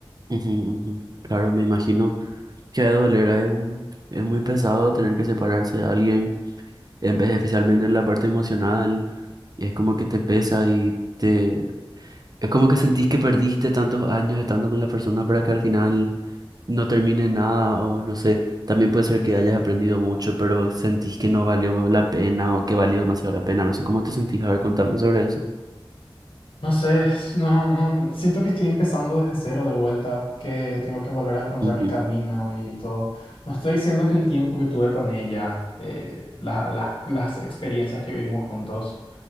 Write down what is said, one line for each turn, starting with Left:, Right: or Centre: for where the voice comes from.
Right: ujú, ujú. Claro, me imagino que ha de doler, es un- es muy pesado tener que separarse de alguien empe- especialmente en la parte emocional, es como que te pesa y te... Es como que sentís que perdiste tantos años estando con la persona para que al final no termine nada o no sé, también puede ser que hayas aprendido mucho, pero sentís que no valió la pena o que valió demasiado la pena, no sé cómo te sentís, a ver, contame sobre eso.
Left: No sé, es- no, no, siento que estoy empezando desde cero de vuelta, que tengo que volver a encontrar
Right: Ujú,
Left: mi camino y todo. No estoy diciendo que el tiempo que tuve con ella, eh, la- las las experiencias que vivimos juntos,